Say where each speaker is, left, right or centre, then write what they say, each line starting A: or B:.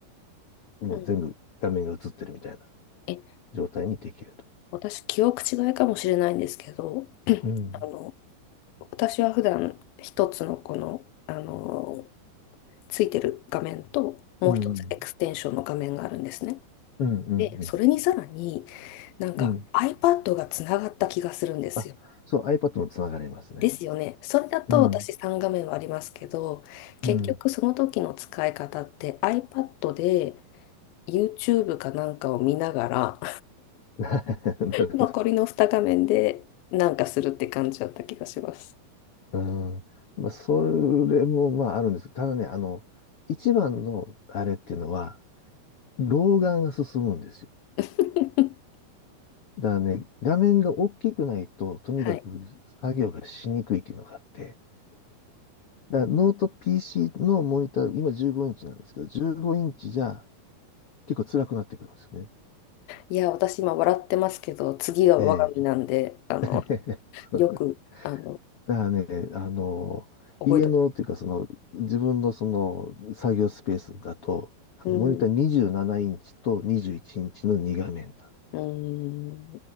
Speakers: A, on the left (about 50°); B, on the left (about 80°).
A: もう全部画面が映ってるみたいな
B: うん、え、
A: 状態にできると。
B: 私、記憶違いかもしれないんですけど、<clears throat>
A: うん。
B: あの、私は普段一つのこの、あの、ついてる画面と、もう一つエクステンションの画面があるんですね。
A: うん。うん。うん。
B: で、
A: うん。
B: それにさらになんか
A: うん
B: iPad がつながった気がするんですよ。
A: あそう、iPad もつながれますね。
B: ですよね。それだと私3画面はありますけど、
A: うん。
B: 結局その時の使い方って
A: うん。
B: iPad で YouTube かなんかを見ながら
A: <laughs> なるほど。
B: 残りの2画面でなんかするって感じだった気がします。
A: うん。まあ、それもまああるんです。ただね、あの、一番のあれっていうのは、老眼が進むんですよ。
B: <laughs>
A: だからね、画面が大きくないと、とにかく作業がしにくいっていうのがあって、
B: はい、
A: だからノート PC のモニター、今15インチなんですけど、15インチじゃ結構辛くなってくるんですよね。
B: いや、私今笑ってますけど、次が我が身なんで、
A: ええ。
B: あの、
A: <laughs> そう
B: よく、あの、
A: だからね、あの、
B: 覚えておく。
A: 家のっていうか、その、自分のその、作業スペースだと、あの、
B: うん、
A: モニター27インチと21インチの2画面だ。
B: うん、